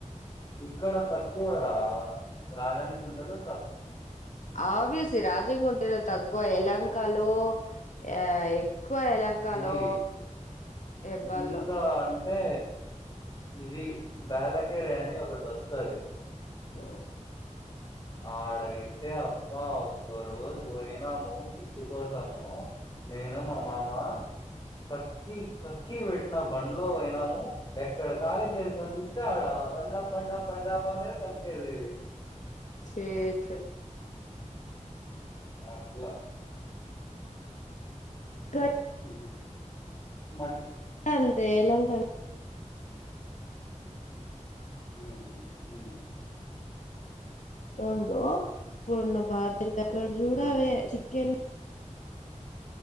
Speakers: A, on the left; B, on the left.
A: ఇక్కడ తక్కువరా రాజాన్ కుంటలో
B: ఆఫీస్ రాజేన్ గుంటలో తక్ క్కువ ఎలంక లో యాయ్ ఎక్కువ ఎలంకాలో
A: ఇది
B: హెబ్బల్లో
A: ఇంకా అంటే ఇది బ్యాల్లకేరి అని ఒకటి వొస్తది
B: ఉ
A: <inaudible> ఆడైతే అప్పవ్ ఒక్క రోజు పోయినము ఫిష్ కోసము నేన్ నేను మా మామ కక్కి కక్కి పెట్టిన్యా బండ్లో పోయినాము ఎక్కడ కాలీ ప్లేస్ కనిపిస్తే ఆడ బండాప్ బండాప్ బండాప్ అనేది కక్కేది
B: చే చే
A: అట్లా
B: ఇక్కడ
A: ఉ నక్
B: అంతే ఎలంకలో
A: అవ్నా హు
B: టోన్లో మొన్న బాటిల్ లెక్క చూడవే
A: ఉమ్.
B: చికెన్